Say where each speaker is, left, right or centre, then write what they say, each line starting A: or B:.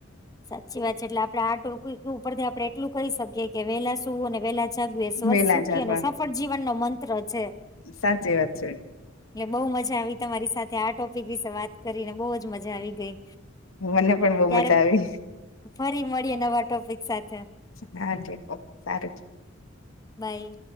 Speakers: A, on the left; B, on the left.
A: સાચી વાત છે એટલે આપડે આ ટ ઉપરથી આપડણે એટલું કહી શકીએ કે વેહલા શું અને વેહલા જગવે સ્વ
B: વેલા
A: સુખી
B: જાગવા
A: અને સફળ જીવન નો મંત્ર છે
B: સાચી વાત છે
A: એટલે બહુ મજા આવી તમારી સાથે આ ટોપિક વિશે વાત કરીને બહુજ મજા આવી ગઈ
B: મને પણ બહુ
A: ત્યારે
B: મજા આવી
A: ફરી મળીએ નવા ટોપિક સાથે
B: હા દેખો સારું
A: બાય